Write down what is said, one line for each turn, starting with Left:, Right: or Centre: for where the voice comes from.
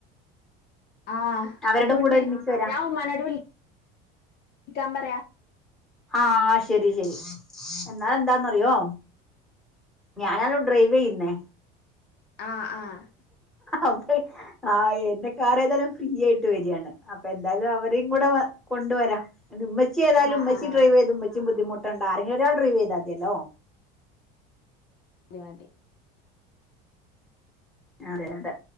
Left: ആഹ്
Centre: അവരുടെ
Left: ആയിക്കൂട്ടെ
Centre: കൂടെ ഒരുമിച്ച് വരാം
Left: ഞാൻ ഉമ്മാനോട് വിളിക്കാൻ പറയാ
Centre: ആഹ് ശരി ശരി എന്നാൽ എന്താന്നറിയോ ഞാനല്ലോ ഡ്രൈവ് ചെയ്യുന്നേ
Left: ആഹ് ആഹ്
Centre: അപ്പ ആ എന്റെ കാർ ഏതായാലും ഫ്രീ ആയിട്ട് വരിയാണ് അപ്പ എന്തായാലും അവരും കൂടെ കൊ കൊണ്ട് വരാ ആൻ്റെ ഉമ്മച്ചി ഏതായാലും
Left: ആഹ് ആഹ്
Centre: ഡ്രൈവ്
Left: ഓക്കെ
Centre: ചെയ്ത് ഉമ്മച്ചി ബുദ്ധിമുട്ട് ആരെങ്കിലും ഒരാൾ ഡ്രൈവ് ചെയ്താൽമതിയല്ലോ
Left: മതിമതി
Centre: ഞാറിയാതെ